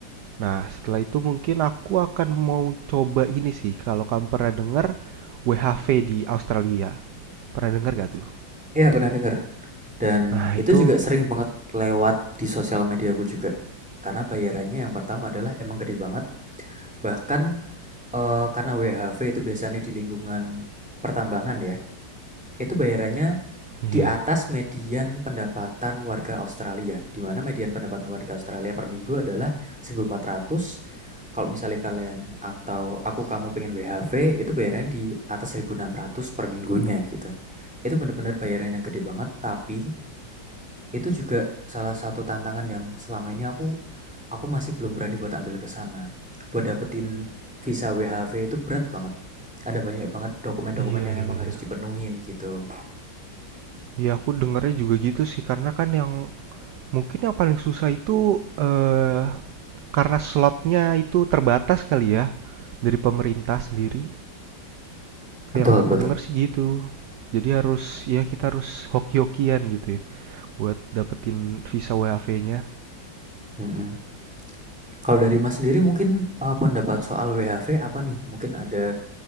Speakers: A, on the right; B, in the centre.
A: Nah, setelah itu mungkin aku akan mau coba ini sih. Kalau kamu pernah dengar WHV di Australia, pernah dengar gak tuh?
B: Iya, pernah dengar. Dan
A: Nah,
B: itu
A: itu
B: juga sering banget lewat di sosial media aku juga. Karena bayarannya yang pertama adalah emang gede banget. Bahkan eh, karena WHV itu biasanya di lingkungan pertambangan ya. Itu bayarannya
A: iya,
B: Di atas median pendapatan warga Australia, di mana median pendapatan warga Australia per minggu adalah 1.400. Kalau misalnya kalian atau aku kamu pengen WHV, itu bayaran di atas 1.600 per minggunya gitu. Itu benar-benar bayaran yang gede banget, tapi itu juga salah satu tantangan yang selama ini aku aku masih belum berani buat ambil ke sana. Buat dapetin visa WHV itu berat banget. Ada banyak banget dokumen-dokumen
A: iya,
B: yang
A: iya,
B: emang harus
A: iya.
B: dipenuhin gitu.
A: Ya aku dengernya juga gitu sih karena kan yang mungkin yang paling susah itu eh karena slotnya itu terbatas kali ya dari pemerintah sendiri.
B: Betul,
A: Yang
B: betul.
A: aku dengar sih gitu. Jadi harus ya kita harus hoki-hokian gitu ya. buat dapetin visa WHV-nya.
B: Mm-mm. Kalau dari Mas sendiri mungkin, eee, pendapat soal WHV apa nih? Mungkin ada